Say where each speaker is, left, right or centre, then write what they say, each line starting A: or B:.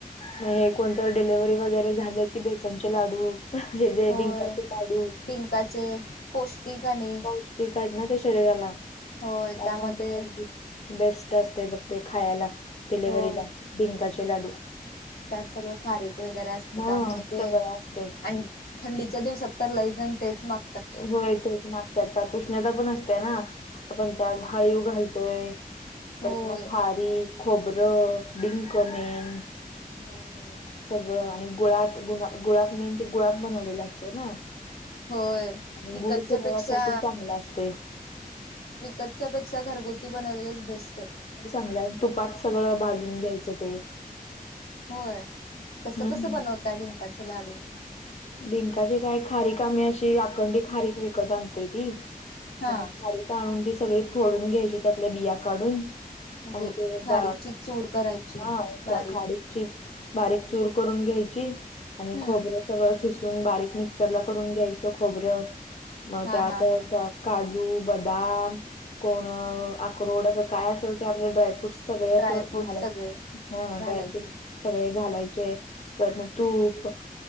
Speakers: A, on the left; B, on the left.
A: म हे कोणतरी डिलिव्हरी वगैरे झालं की बेसनचे लाडू ह्याजे
B: होय
A: डिंकाचे लाडू
B: डिंकाचे पौष्टिक आणि
A: पौष टिक आहेत ना ते शरीराला
B: होय
A: त्यामुळे
B: त्यामध्ये
A: ते अगदी बेस्ट असते बघ ते खायाला डिलिव्हरीला
B: होय
A: डिंकाचे लाडू.
B: त्यात सगळं खारीक वगैरे असतं
A: हा
B: त्यामुळ ते
A: सगळं असतय.
B: आण थंडीच्या दिवसात तर लईजण तेच माग
A: होय तेच मागत्यात त्यात उष्णता पण असतेय ना. आपण त्यात हळीव घालतोय परत
B: होय
A: मग खारीक, खोबरं, डिंक मेन
B: होय होय.
A: सगळं आणि गुळात गु गुळात मेन ते गुळात बनवलेला असत ना.
B: होय.
A: आणि
B: विकतच्या
A: गुळ शरीरासाठी
B: पेक्षा
A: चांगला असते.
B: विकतच्या पेक्षा घरगुती बनवलेलच बेस्ट.
A: चांगलंय. तुपात सगळं भाजून घ्यायचं ते.
B: होय. कसं-कसं
A: हम्म हम्म.
B: बनवतायं डिंकाचे लाडू?
A: डिंकाचे काय, खारीक आम्ही अशी अखंड खारीक विकत आणतोय ती
B: हा
A: आणि खारी <unintelligible> ती सगळी फोडून घ्यायची. त्यातल्या बिया काढून
B: म्हणजे
A: आणि
B: खारीकची
A: ते <unintelligible>
B: चूर करायची बारीक
A: बारीक चूर करून घ्यायची. आणि
B: हम्म
A: खोबर खोबरं खिसून, बारीक मिक्सरला करून घ्यायचं खोबरं, म
B: हा
A: त्यात
B: हा हा
A: काजू, बदाम, कोण अ अक्रोड असं काय असेल ते आपले ड्रायफ्रूट सगळे असं
B: ड्रायफ्रूट
A: झालं,
B: सगळे
A: ह
B: घालायचे
A: ड्रायफ्रूट सगळे घालायचे, परत नं तूप